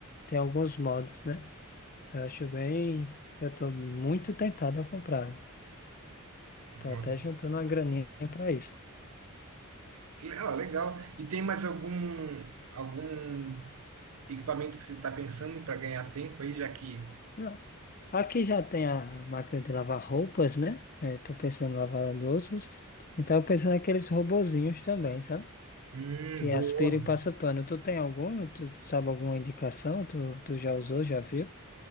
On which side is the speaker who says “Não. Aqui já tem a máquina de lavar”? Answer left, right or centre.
Left